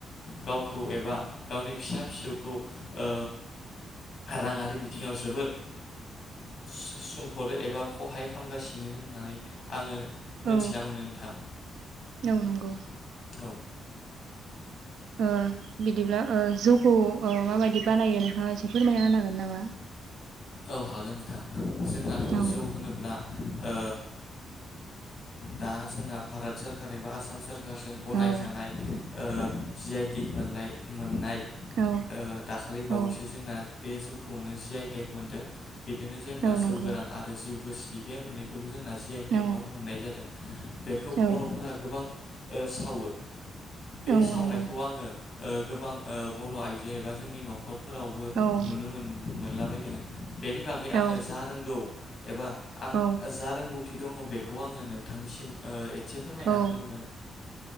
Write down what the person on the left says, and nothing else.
गावखौ एबा गावनि फिसा फिसौखौ ओ राङा रि बिथिङाव जोबोरो सु सु सुंख'दो एबा सहाय खालामामगासिनो होननानै आङो मोनथिना
मोनो नोंथां।
औ।
औ हागोन नोंथां। जोंहाथ'
जौ होनोब्ला ओ दा जोंना भारत सरकार एबा आसाम सोर कारजों गनाय
जानाय ओ जि आइ टेग मोनलाय मोननाय ओ
दाखालि बावैसो
जोंना बे जौखौनो जि आइ टेक मोनदों। बिदिनो जेनोबा
जौ
गोरान आरो जिउ गोसि बे मोननैखौबो जोंना जि आइ टेकाव
मोननाय जादों। बेखौ
बर'फोरा गोबां ओ सावो बे
सावनायखौ
आङो ओ गोबां ओ बर' आइजो एबा जोंनि न'खरफोरावबो
नुनो मोन मोनलाबायदों। बेनि बागै
आङो जा रोंगौ एबा आं
जा रोंगौ थि दङ बेखौ आङो नोंथांनिसिम ओ एसे फोरमायना
होनो